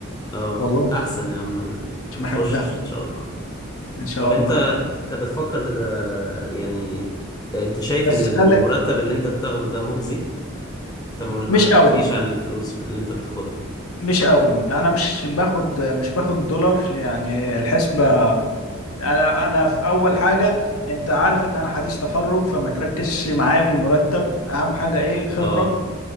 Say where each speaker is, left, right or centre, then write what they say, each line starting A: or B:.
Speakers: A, on the left (about 20°); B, on the left (about 80°).
A: اه
B: والله
A: احسن يا عم
B: مش
A: ما
B: بحبها
A: تخشش ان شاء الله
B: ان شاء
A: طب انت
B: الله
A: انت بتفكر آه، يعني انت شايف
B: بس
A: ان المرتب
B: خلي
A: اللي انت بتاخده ده مجزي انت ما قلت-
B: مش
A: ما حكيتليش
B: قوي
A: عن الفلوس اللي انت بتاخدها
B: مش قوي انا مش باخد مش باخد دولار يعني الحسبة انا انا في اول حاجه انت عارف ان انا حديث تخرج فما تركزش معايا في المرتب اهم حاجه ايه خبره
A: اه